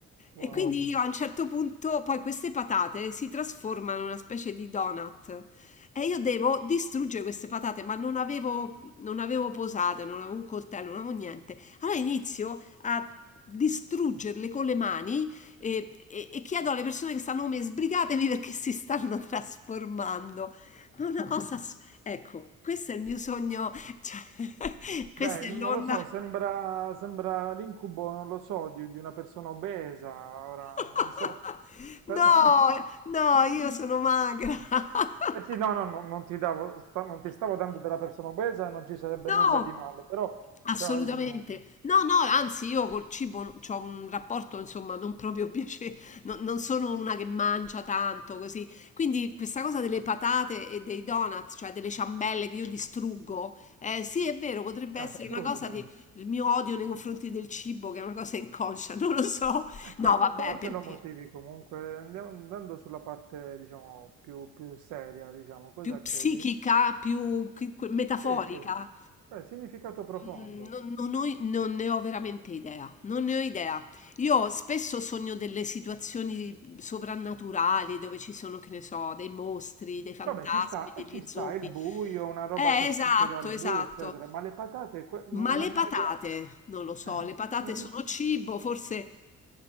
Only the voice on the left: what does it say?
E quindi io a un certo punto, poi queste patate si trasformano in una specie di donut. E io devo distruggere queste patate, ma non avevo, non avevo posate, non avevo un coltello, non avevo niente. Allora inizio a distruggerle con le mani e, e- e chiedo alle persone che stanno come me, sbrigatevi perché si stanno trasformando. Ma è una cosa... ass- Ecco, questo è il mio sogno, cioè, <laughs> questa
è
l'onda.
<laughs>
No, no,
io sono magra. <laughs>
No,
Assolutamente.
No, no, anzi io col cibo ho un rapporto, insomma, non proprio <laughs> piacevole, non sono una che mangia tanto così. Quindi questa cosa delle patate e dei donuts, cioè delle ciambelle che io distruggo, eh, sì, è vero, potrebbe
essere
una cosa di il mio odio nei confronti del cibo, che è una cosa inconscia, <laughs> non lo so.
No,
vabbè,
per
dire.
Più psichica,
più chi que metaforica?
Mhmm, non non ho i non ne ho veramente idea, non ne ho idea. Io spesso sogno delle situazioni sovrannaturali dove ci sono, che ne so, dei mostri, dei fantasmi,
degli
zombie.
Eh,
esatto,
esatto.
Ma le patate,
non lo so, le
patate
sono cibo, forse